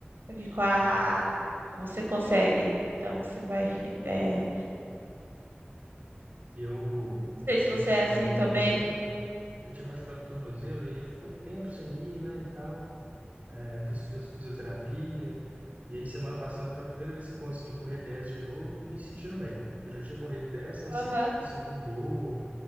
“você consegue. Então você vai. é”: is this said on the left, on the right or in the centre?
Right